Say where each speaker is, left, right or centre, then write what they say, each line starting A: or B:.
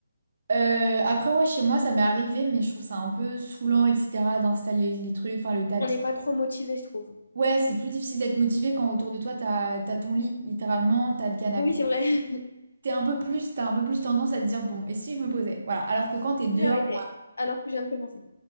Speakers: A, on the right; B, on the left.
A: Euh, après, ouais, chez moi, ça m'est arrivé, mais je trouve ça un peu saoulant, etc., d'installer les trucs, enfin, le tapis.
B: On n'est pas trop motivé, je trouve.
A: Ouais, c'est plus difficile d'être motivé quand autour de toi, t'as, t'as ton lit, littéralement, t'as le canapé.
B: Oui, c'est vrai. <laughs>
A: t'es un peu plus, t'as un peu plus tendance à te dire, bon, et si je me posais? Voilà. Alors que quand t'es dehors,
B: J'ai arrêté. Alors que je viens de commencer.